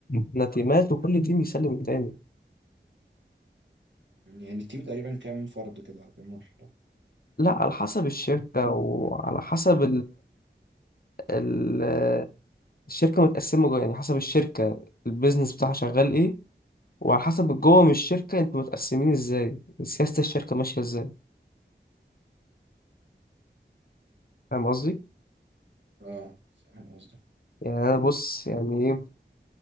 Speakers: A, on the left; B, on the right.
A: احنا تيمات وكل تيم يسلم التاني
B: يعني التيم تقريبا كام فرد كده او كام واحد؟
A: لا على حسب الشركة وعلى حسب ال- الشركة متقسمة جوه يعني حسب الشركة البيزنس بتاعها شغال ايه وعلى حسب جوه من الشركة انتوا متقسمين ازاي سياسة الشركة ماشية ازاي فاهم قصدي؟
B: اه فاهم قصدك
A: يعني انا بص يعني ايه